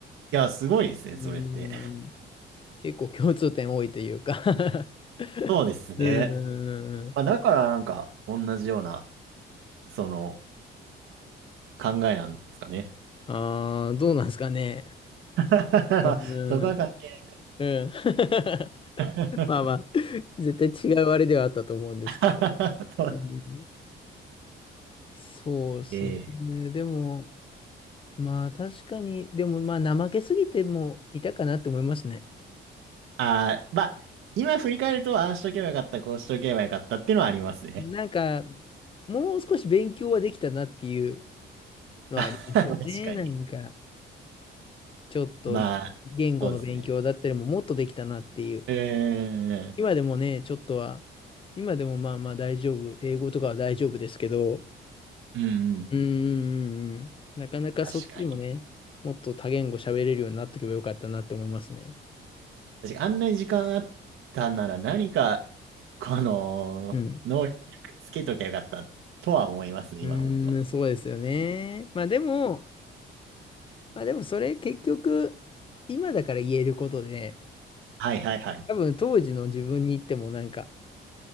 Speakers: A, on the right; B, on the left.
A: いや、すごいですね、
B: うん。
A: それって。
B: 結構共通点多いというか <laughs>
A: そうですね。
B: うんうんうん。
A: まあ、だからなんか、同じような、その、考えなんですかね。
B: ああ、どうなんですかね。
A: <laughs> まあそこは関係
B: うん。うんうん。<laughs>
A: ない。
B: まあまあ、絶対違うあれではあったと思うんですけど。
A: <laughs> そう
B: うんそうですね。
A: ええ
B: でも、まあ確かに、でもまあ怠けすぎてもいたかなって思いますね。
A: ああー、まあ、今振り返ると、ああしとけばよかった、こうしとけばよかったっていうのはありますね。
B: なんか、もう少し勉強はできたなっていうのはありますよね。
A: <laughs> 確かに。
B: なんか、ちょっと言語の勉強だったりももっとできたなっていう。
A: まあ、そうですね。うーん、
B: 今でもね、ちょっとは、今でもまあまあ大丈夫。英語とかは大丈夫ですけど、
A: うんうん、
B: うんうんうんうん。なかなかそっちもね、
A: 確かに。
B: もっと多言語喋れるようになっておけばよかったなって思いますね。
A: 確かにあんなに時間あったなら何か、この、
B: うん。
A: 能力つけときゃよかったとは思いますね、
B: う
A: 今思うと。
B: ーん、そうですよね。まあでも、まあでもそれ結局、今だから言えることで、
A: はいはいはい。
B: 多分当時の自分に言ってもなんか